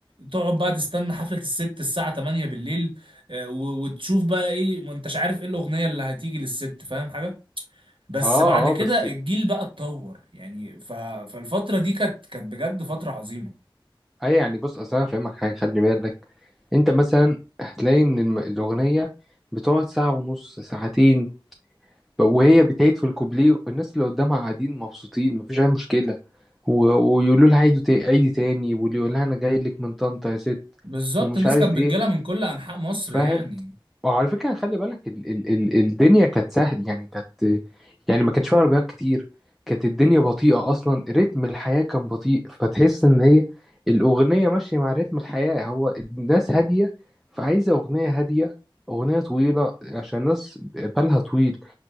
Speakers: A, on the right (about 65°); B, in the centre.
A: تقعد بقى تستنى حفلة الست الساعة 8 بالليل آه، و- وتشوف بقى ايه ما انتش عارف ايه الأغنية اللي هتيجي للست فاهم حاجة بس
B: اه
A: بعد كده
B: اه بس
A: الجيل بقى اتطور يعني ف... فالفترة دي كانت كانت بجد فترة عظيمة
B: اي يعني بص اصل انا فاهمك حاجة خلي بالك انت مثلا هتلاقي ان الم- الاغنية بتقعد ساعة ونص ساعتين وهي بتعيد في الكوبليه الناس اللي قدامها قاعدين مبسوطين مفيش اي مشكله و... ويقولوا لها عيدي تا- عيدي تاني واللي يقول لها انا جاي لك من طنطا يا ست
A: بالظبط
B: ومش
A: الناس
B: عارف
A: كانت
B: ايه
A: بتجيلها من كل أنحاء مصر
B: فاهم
A: يعني
B: وعلى فكره خلي بالك ال... ال... ال... الدنيا كانت سهل يعني كانت يعني ما كانش فيها عربيات كتير كانت الدنيا بطيئه اصلا رتم الحياه كان بطيء فتحس ان هي الاغنيه ماشيه مع رتم الحياه هو الناس هاديه فعايزه اغنيه هاديه اغنيه طويله عشان الناس بالها طويل